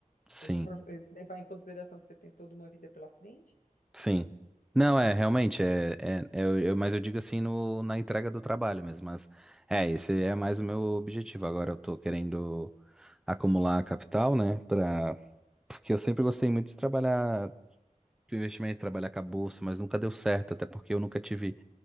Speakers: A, in the centre; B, on the left.
A: sim.
B: Se você for levar em consideração que você tem toda uma vida pela frente,
A: Sim. Não, é, realmente, é, é, é, eu, eu- mas eu digo assim no, na entrega do trabalho mesmo, mas é, esse é mais o meu objetivo. Agora eu tô querendo acumular capital, né, pra, porque eu sempre gostei muito de trabalhar, do investimento, trabalhar com a bolsa, mas nunca deu certo, até porque eu nunca tive